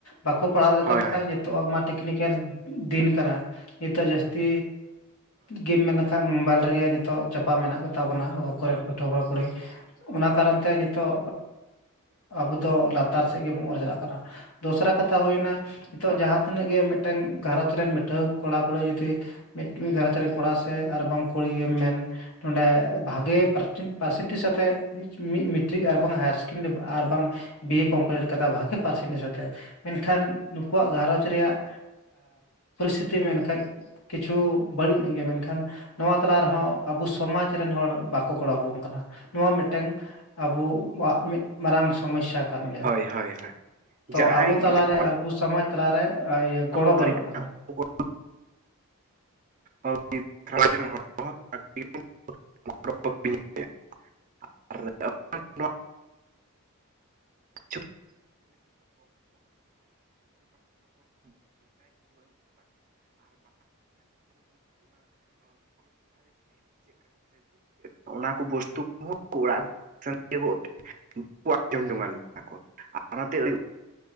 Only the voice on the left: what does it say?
ᱵᱟᱠᱚ ᱯᱟᱲᱦᱟᱣ ᱫᱟᱲᱮᱜ
ᱠᱟᱱ
ᱠᱷᱟᱡ ᱱᱤᱛᱚ ᱟᱜ ᱢᱟ ᱴᱮᱠᱱᱤᱠᱮᱞ ᱫᱤᱱ ᱠᱟᱱᱟ ᱱᱤᱛᱚᱜ ᱡᱟᱹᱥᱛᱤ ᱜᱮᱢ ᱢᱮ ᱮᱱᱠᱷᱟᱡ ᱢᱳᱵᱟᱭᱤᱞ ᱨᱮᱜᱮ ᱱᱤᱛᱚᱜ ᱪᱟᱯᱟ ᱢᱮᱱᱟᱜ ᱠᱚᱛᱟ ᱵᱚᱱᱟ ᱟᱵᱚ ᱠᱚᱨᱮᱱ ᱯᱟᱹᱴᱷᱩᱣᱟᱹ ᱠᱩᱲᱟ ᱠᱚᱲᱤ᱾ ᱚᱱᱟ ᱠᱟᱨᱚᱱ ᱛᱮ ᱱᱤᱛᱚᱜ ᱟᱵᱚ ᱫᱚ ᱞᱟᱛᱟᱨ ᱥᱮᱫ ᱜᱮᱵᱚᱱ ᱚᱨ ᱪᱟᱞᱟᱜ ᱠᱟᱱᱟ᱾ ᱫᱚᱥᱨᱟ ᱠᱟᱛᱷᱟ ᱦᱩᱭᱱᱟ ᱱᱤᱛᱚᱜ
ᱡᱟᱦᱟᱸ ᱛᱤᱱᱟᱹᱜ ᱜᱮ ᱢᱮᱫᱴᱮᱝ ᱜᱷᱟᱨᱚᱸᱡ ᱨᱮᱱ ᱵᱤᱴᱷᱟᱹ ᱠᱚᱲᱟ ᱠᱩᱲᱤ ᱡᱩᱫᱤ ᱢᱤᱫ ᱢᱤᱫ ᱜᱷᱟᱨᱚᱸᱡᱽ ᱨᱮ ᱠᱚᱲᱟ ᱥᱮ ᱟᱨ ᱵᱟᱝ ᱠᱩᱲᱤ ᱜᱮᱢ ᱢᱮᱱ ᱱᱚᱰᱮ ᱵᱷᱟᱜᱮ ᱯᱟᱨ ᱯᱟᱨᱥᱮᱱᱴᱮᱥ ᱟᱛᱮᱜ ᱢᱤᱫ ᱢᱮᱴᱨᱤᱠ ᱟᱨ ᱵᱟᱝ ᱦᱟᱭᱟᱨ ᱥᱮᱠᱮᱱᱰᱟᱨᱤ ᱟᱨ ᱵᱟᱝ ᱵᱤᱭᱮ ᱠᱚᱢᱯᱤᱞᱤᱴ ᱠᱟᱫᱟ ᱵᱷᱟᱜᱮ ᱯᱟᱨᱥᱮᱱᱮᱥ ᱟᱛᱮᱜ ᱢᱮᱱᱠᱷᱟᱱ ᱱᱩᱠᱩᱣᱟᱜ ᱜᱷᱟᱨᱚᱧᱡᱽ ᱨᱮᱭᱟᱜ ᱯᱚᱨᱤᱥᱛᱷᱤᱛᱤ ᱢᱮᱱ ᱠᱷᱟᱡ ᱠᱤᱪᱷᱩ ᱵᱟᱹᱲᱤᱡ ᱧᱚᱜ ᱜᱮᱭᱟ ᱢᱮᱱᱠᱷᱟᱱ ᱱᱚᱣᱟ ᱛᱟᱞᱟ ᱨᱮᱦᱚᱸ ᱟᱵᱚ ᱥᱚᱢᱟᱡᱽ ᱨᱮᱱ ᱦᱚᱲ ᱵᱟᱠᱚ ᱜᱚᱲᱚ ᱵᱚ ᱠᱟᱱᱟ ᱱᱚᱣᱟ ᱢᱤᱫᱴᱮᱝ ᱟᱵᱚᱣᱟᱜ ᱢᱤᱫ ᱢᱟᱨᱟᱝ ᱥᱚᱢᱚᱥᱥᱟ ᱠᱟᱱ ᱜᱮᱭᱟ
ᱛᱚ
ᱟᱵᱚ ᱛᱟᱞᱟᱨᱮ
ᱟᱵᱩ ᱥᱚᱢᱟᱡᱽ ᱛᱟᱞᱟᱨᱮ ᱤᱭᱟᱹ ᱜᱚᱲᱚ
ᱵᱟᱹᱱᱩᱜ ᱟᱠᱟᱫᱟ᱾